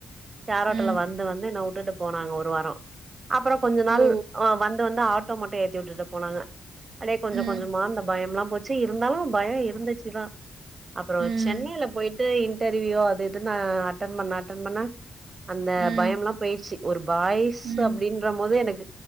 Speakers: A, on the right; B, on the right.
A: ஷேர்ஆட்டோல்ல
B: ம்.
A: வந்து வந்து என்ன வுட்டுட்டு போனாங்க ஒரு வாரொ அப்பற கொஞ்சொ நாள்
B: ஓ!
A: வந்து வந்து ட்டோ மட்டு ஏத்தி வுட்டுட்டு போனாங்க அடே கொஞ்சொ
B: ம்.
A: கொஞ்சொ அந்தபயம்ல்லா போ ச்சு இர்ந்தாலு பயொ இர்ந்துச்சுதா அப்பறொ
B: ம்.
A: சென்னைல போயிட் ட்டு இன்டர்வியூ அது இதுன்னு அட்டன் பண்ண அட்டன் பண்ண அந்த
B: ம்.
A: பயம்ல்லாம் பெயிர்ச்சு ஒரு பாய்ஸ்ஸு
B: ம்.
A: அப்டின்றமோது எனக்